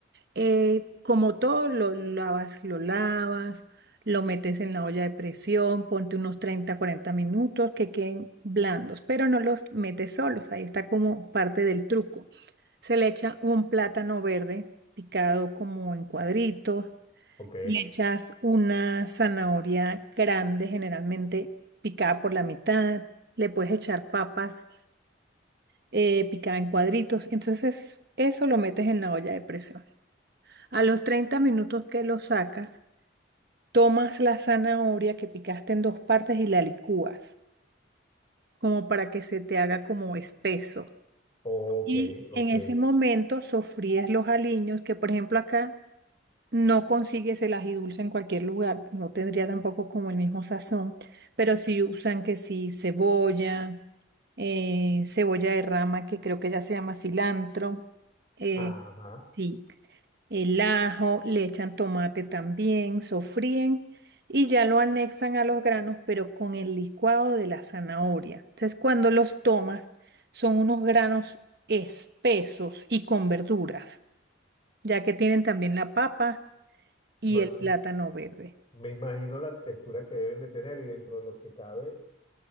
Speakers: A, on the right (about 55°); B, on the left (about 25°).
A: Eh, como todo, lo lavas, lo lavas, lo metes en la olla de presión, ponte unos 30, 40 minutos que queden blandos, pero no los metes solos, ahí está como parte del truco. Se le echa un plátano verde picado como en cuadritos,
B: Ok,
A: le echas una zanahoria grande, generalmente picada por la mitad. Le puedes echar papas eh, picadas en cuadritos. Entonces eso lo metes en la olla de presión. A los 30 minutos que lo sacas, tomas la zanahoria que picaste en dos partes y la licúas, como para que se te haga como espeso.
B: ok,
A: Y
B: ok.
A: en ese momento sofríes los aliños, que por ejemplo acá No consigues el ají dulce en cualquier lugar, no tendría tampoco como el mismo sazón, pero sí usan que sí cebolla, eh, cebolla de rama, que creo que ya se llama cilantro, eh,
B: Ajá.
A: sí, el ajo, le echan tomate también, sofríen y ya lo anexan a los granos, pero con el licuado de la zanahoria. Entonces, cuando los tomas, son unos granos espesos y con verduras, ya que tienen también la papa y
B: Ma-
A: el plátano
B: m-
A: verde.
B: me imagino la textura que deben de tener y dentro de lo que cabe,